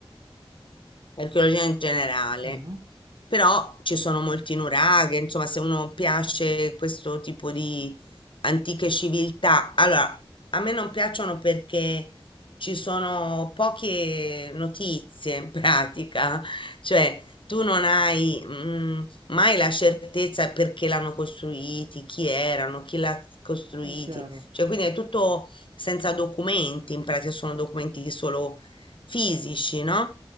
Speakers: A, on the left (about 60°); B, on the right (about 60°).
A: archeologia in generale,
B: Mhm,
A: però ci sono molti nuraghe, insomma, se uno piace questo tipo di antiche civiltà, allora a me non piacciono perché ci sono poche notizie in pratica, <laughs> cioè tu non hai mm, mai la certezza perché l'hanno costruiti, chi erano, chi l'ha costruiti,
B: È chiaro.
A: cioè quindi è tutto senza documenti, in pratica sono documenti solo fisici, no?